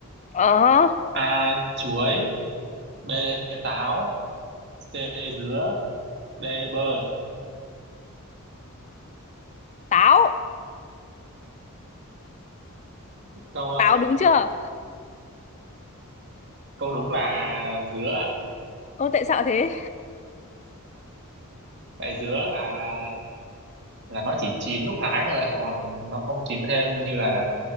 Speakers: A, on the left; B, on the right.
A: ờ hơ,
B: a chuối b táo c dứa d bơ
A: táo
B: câu ờ,
A: táo đúng chưa
B: câu đúng là dứa
A: ô tại sao thế
B: tại dứa là là nó chỉ chín lúc hái thôi ạ còn nó không chín thêm như là